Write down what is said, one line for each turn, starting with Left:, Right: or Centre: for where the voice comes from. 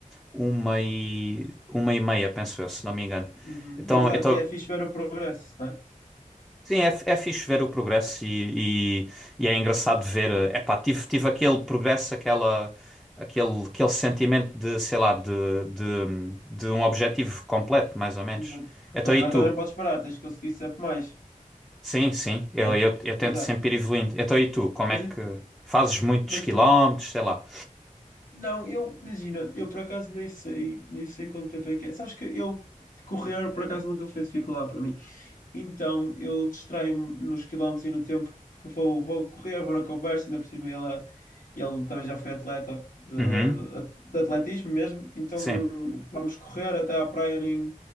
Centre: uma e, uma e meia, penso eu, se não me engano.
Left: Uhum,
Centre: Então,
Left: exato,
Centre: então
Left: e é fixe ver o progresso, né?
Centre: Sim, é, é fixe ver o progresso e, e, e é engraçado ver. eh, Epá, tive, tive aquele progresso, aquela, aquele, aquele sentimento de, sei lá, de, de, de um objetivo completo, mais ou menos.
Left: Exato.
Centre: Então
Left: Mas
Centre: e
Left: agora
Centre: tu?
Left: também não podes parar, tens que conseguir sempre mais,
Centre: Sim, sim, eu,
Left: né?
Centre: eu, eu tento
Left: Exato.
Centre: sempre ir evoluindo. Então e tu? Como
Left: Mas,
Centre: é que
Left: e-
Centre: fazes muitos
Left: mas
Centre: quilómetros,
Left: o-
Centre: sei lá?
Left: Não, eu, imagina, eu por acaso nem sei, nem sei quanto tempo é que é. Sabes que eu correr por acaso nunca foi dificuldade para mim. Então eu distraio-me nos quilómetros e no tempo, porque vou, vou correr, vou na conversa, ainda por cima ele, ele também já foi atleta de,
Centre: Uhum,
Left: de atletismo mesmo. Então
Centre: sim.
Left: vamos correr até à praia, nem,